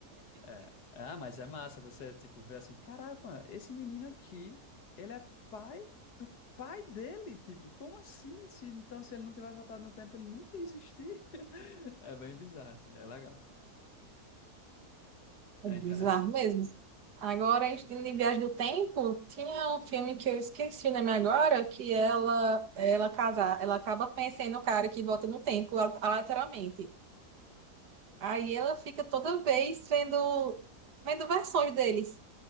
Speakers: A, on the left; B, on the right.
A: É. Ah, mas é massa você, tipo, ver assim, caramba, esse menino aqui, ele é pai do pai dele, tipo, como assim? Se, então, se ele não tivesse voltado no tempo, ele nunca ia existir. <laughs> É bem bizarro, assim, é legal.
B: É
A: É
B: bizarro
A: interessante.
B: mesmo. Agora, em em Viagem do Tempo, tinha um filme que eu esqueci o nome agora, que ela ela casar, ela acaba conhecendo um cara que volta no tempo, ela- ela literalmente. Aí ela fica toda vez vendo, vendo versões deles,